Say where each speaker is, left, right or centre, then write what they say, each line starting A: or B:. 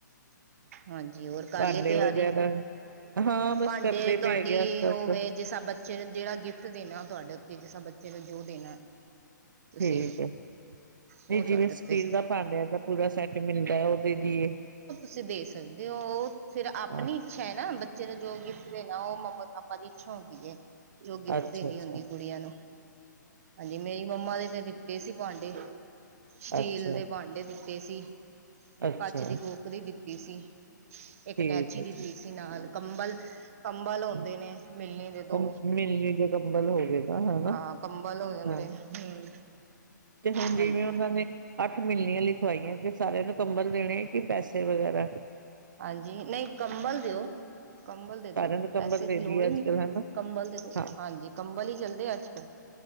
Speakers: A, on the right (about 45°); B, on the right (about 75°).
A: ਹਾਂਜੀ ਹੋਰ ਕੱਲ
B: ਭਾਂਡੇ
A: ਲਈ ਤਿਆਰੀ
B: ਵਗੈਰਾ ਹਾਂ ਬਸ
A: ਭਾਂਡੇ
B: ਕਰਦੇ
A: ਤੁਹਾਡੀ
B: ਪਏ ਹੈਗੇ ਆਸਤੇ ਆਸਤੇ
A: ਉਹ ਵੇ ਜਿਸ ਸ ਬੱਚੇ ਨੂੰ ਜਿਹੜਾ ਗਿਫਟ ਦੇਣਾ ਤੁਹਾਡੇ ਉੱਤੇ ਜਿਸ ਸਾਂ ਬੱਚੇ ਨੂੰ ਜੋ ਦੇਣਾ ਤੁਸੀਂ
B: ਠੀਕ ਹੈ
A: ਉਹ
B: ਨਹੀਂ
A: ਤੁਹਾਡੇ
B: ਜਿਵੇਂ
A: ਉੱਤੇ
B: ਸਟੀਲ ਦਾ ਭਾਂਡਿਆ ਦਾ ਪੂਰਾ ਸੈੱਟ ਮਿਲਦਾ ਉਹ ਦੇਦੀਏ
A: ਤੁਸੀ ਦੇ ਸਕਦੇ ਹੋ ਫਿਰ ਆਪਣੀ
B: ਹਾਂ
A: ਇੱਛਾ ਹੈ ਨਾ ਬੱਚੇ ਨੂੰ ਜੋ ਗਿਫਟ ਦੇਣਾ ਉਹ ਮੰਮਾ ਪਾਪਾ ਦੀ ਇੱਛਾ ਹੁੰਦੀ ਏ। ਜੋ ਗਿਫਟ
B: ਅੱਛਾ
A: ਦੇਣੀ
B: ਅੱਛਾ
A: ਹੁੰਦੀ ਕੁੜੀਆਂ ਨੂੰ ਹਾਂਜੀ ਨਈ ਮੰਮਾ ਦੇ ਤੇ ਦਿੱਤੇ ਸੀ ਭਾਂਡੇ ਸਟੀਲ
B: ਅੱਛਾ
A: ਦੇ ਭਾਂਡੇ ਦਿੱਤੇ ਸੀ
B: ਅੱਛਾ
A: ਕੱਚ ਦੀ ਬੋ ਵੀ ਦਿੱਤੀ ਸੀ ਇੱਕ
B: ਠੀਕ
A: ਟੈਚੀ
B: ਹੈ
A: ਦਿੱਤੀ
B: ਠੀਕ
A: ਸੀ ਨਾਲ ਕੰਬਲ ਕੰਬਲ ਹੁੰਦੇ
B: ਹੈ,
A: ਨੇ ਮਿਲਣੀ ਦੇ
B: ਉਹ
A: ਦੋ
B: ਮਿਲਣੀ ਦੇ ਕੰਬਲ ਹੋ ਗਏ ਨਾ ਹਨਾ
A: ਹਾਂ ਕੰਬਲ ਹੋ ਜਾਂਦੇ
B: ਹਾਂ
A: ਹਮ
B: ਤੇ ਹੁਣ
A: ਹਾਂਜੀ
B: ਜਿਵੇਂ ਉਹਨਾਂ ਨੇ ਅੱਠ ਮਿਲਣੀਆਂ ਲਿਖਵਾਈਆਂ ਕਿ ਸਾਰਿਆਂ ਨੂੰ ਕੰਬਲ ਦੇਣੇ ਕਿ ਪੈਸੇ ਵਗੈਰਾ
A: ਹਾਂਜੀ ਨਹੀਂ ਕੰਬਲ ਦਿਓ ਕੰਬਲ
B: ਸਾਰਿਆਂ
A: ਦੇ ਦੋ
B: ਨੂੰ ਕੰਬਲ
A: ਪੈਸੇ
B: ਦੇ
A: ਦੀ ਲੋੜ
B: ਦੀਏ
A: ਹੀ
B: ਅੱਜ
A: ਨਹੀਂ
B: ਕੱਲ ਹਨਾ
A: ਕੰਬਲ ਦੇ ਦੋ
B: ਹਾਂ
A: ਹਾਂਜੀ ਕੰਬਲ ਹੀ ਚੱਲਦੇ ਆ ਅੱਜ ਕੱਲ੍ਹ